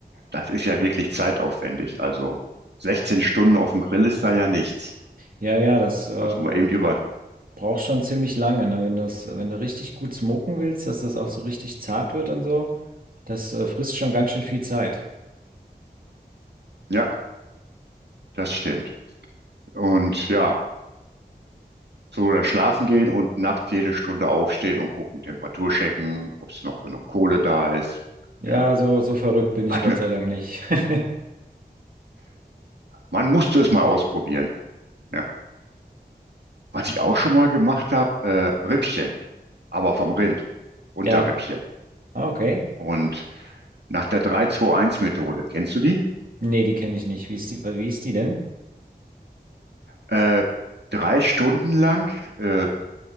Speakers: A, on the right; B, on the right.
A: Das ist ja wirklich zeitaufwendig. Also 16 Stunden auf dem Grill ist da ja nichts.
B: Ja, ja, das äh,
A: Also mal eben über.
B: braucht schon ziemlich lange, ne? Wenn das, wenn du richtig gut smoken willst, dass das auch so richtig zart wird und so, das äh, frisst schon ganz schön viel Zeit.
A: Ja, das stimmt. Und ja, so dann schlafen gehen und nachts jede Stunde aufstehen und gucken, Temperatur checken, ob es noch genug Kohle da ist.
B: Ja,
A: Ja,
B: so, so verrückt bin ich
A: was
B: Gott
A: mir,
B: sei Dank nicht. <laughs>
A: man musste es mal ausprobieren. Ja, was ich auch schon mal gemacht habe, äh, Rippchen, aber vom Rind, Unterrippchen.
B: Ja, ah, okay.
A: Und nach der drei zwei eins methode kennst du die?
B: Nee, die kenne ich nicht. Wie ist die, wie ist die denn?
A: Äh, drei Stunden lang äh,